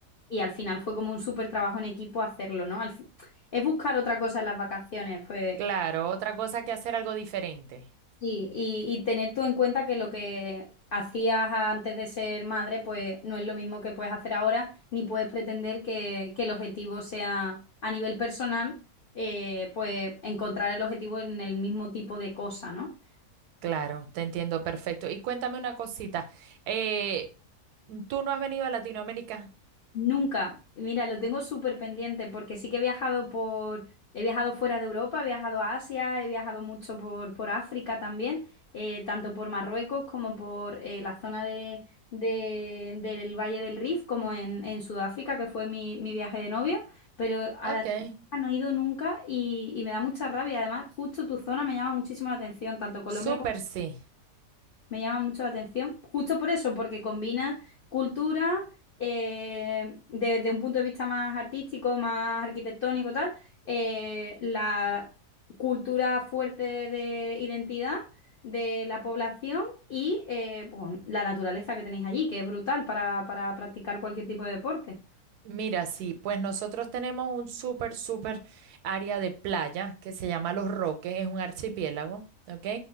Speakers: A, on the left; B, on the right.
A: y al final fue como un súper trabajo en equipo hacerlo, ¿no? Al fi- es buscar otra cosa en las vacaciones, pues
B: Claro, otra cosa que hacer algo diferente.
A: Sí, y, y tener tú en cuenta que lo que hacías antes de ser madre, pues no es lo mismo que puedes hacer ahora, ni puedes pretender que, que el objetivo sea a nivel personal, eh, pues encontrar el objetivo en el mismo tipo de cosa, ¿no?
B: Claro, te entiendo perfecto. Y cuéntame una cosita. eh, ¿tú no has venido a Latinoamérica?
A: Nunca. Mira, lo tengo súper pendiente porque sí que he viajado por, he viajado fuera de Europa, he viajado a Asia, he viajado mucho por, por África también, eh, tanto por Marruecos como por eh, la zona de, de- del Valle del Rif, como en, en Sudáfrica, que fue mi, mi viaje de novio, pero a
B: Ok.
A: la Tierra no he ido nunca y, y me da mucha rabia. Además, justo tu zona me llama muchísimo la atención, tanto Colombia
B: Súper
A: como
B: sí.
A: me llama mucho la atención, justo por eso, porque combina cultura eh, desde un punto de vista más artístico, más arquitectónico, tal, eh, la cultura fuerte de identidad de la población y eh, pues, la naturaleza que tenéis allí, que es brutal para, para practicar cualquier tipo de deporte.
B: Mira, sí, pues nosotros tenemos un súper, súper área de playa que se llama Los Roques, es un archipiélago, ¿ok?